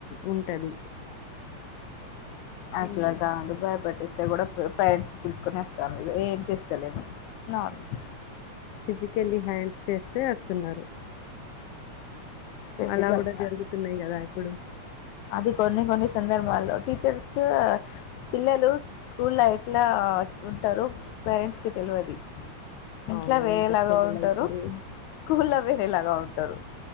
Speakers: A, on the left; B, on the left.
A: ఉంటది హ్మ్.
B: అట్లా గాదు భయపట్టిస్ తే గూడా పేరెంట్స్ పిలుచుకొని వస్తారు ఏం చేస్ త్తలేము నార్మల్
A: ఫిజికల్లీ హ్యాండ్ చేస్తే వస్తున్నారు
B: ఫిజికల్
A: అలా గూడా జరుగుతున్నాయి కదా అయ్ ఇప్పుడు
B: అది కొన్ని కొన్ని సందర్భాల్లో టీచర్స్ పిల్లలు స్కూల్ ల ఎట్లా ఉంటారు పేరెంట్స్ కి తెలవది
A: అవును.
B: ఇంట్లా వేరేలాగా
A: ఎంత స్ట్రగుల్
B: ఉంటారు
A: అయితుర్రు.
B: స్కూల్ ల వే తే లాగా ఉంటారు